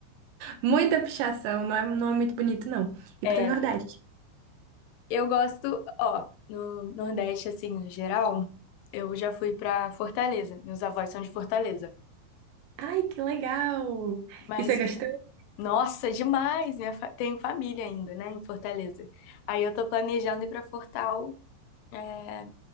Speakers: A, on the right; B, on the left.
A: muita pichação, não é, não é muito bonito, não. E
B: É,
A: pro Nordeste.
B: eu gosto, ó, no Nordeste, assim, no geral, eu já fui pra Fortaleza. Meus avós são de Fortaleza.
A: Ai, que legal!
B: Mas,
A: E você gostou?
B: nossa, demais! Minha fa- Tenho família ainda, né, em Fortaleza. Aí eu tô planejando ir pra Fortal, é,